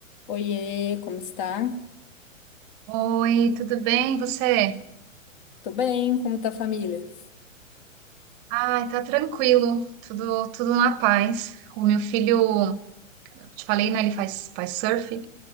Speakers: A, on the left; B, on the right.
A: Oiê, como está?
B: Oi, tudo bem? Você?
A: Tô bem, como tá a família?
B: Ai, tá tranquilo, tudo tudo na paz. O meu filho, eu te falei, né? Ele faz faz surf.